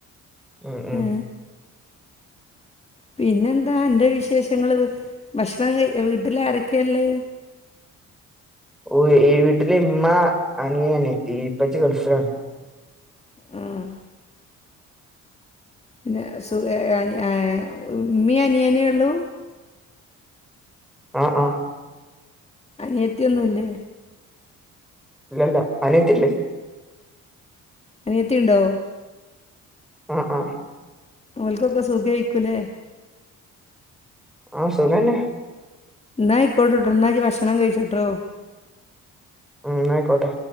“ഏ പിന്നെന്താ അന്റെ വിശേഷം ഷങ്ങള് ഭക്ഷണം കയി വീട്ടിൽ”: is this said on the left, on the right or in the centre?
Left